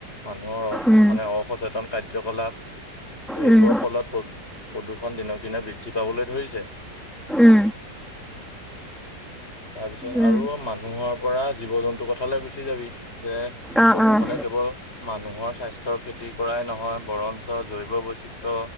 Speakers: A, on the left; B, in the centre.
A: মানুহৰ অ'
B: উম,
A: মানে অসচেতন কাৰ্যকলাপ এইবোৰ
B: উম,
A: ফলত প্ৰদ প্ৰদূষণ দিনক দিনে বৃদ্ধি <unintelligible> ধইছে
B: উম,
A: তাপিছত
B: উম।
A: আৰু মানুহৰ পৰা জীৱ জন্তু কথালৈ গুচি যাবি, যে
B: অ',
A: প্ৰদূষণে
B: অ',
A: কেৱল মানুহৰ স্বাস্থ্যৰ ক্ষতি কৰাই নহয় বৰন জৈৱ বৈচিত্ৰ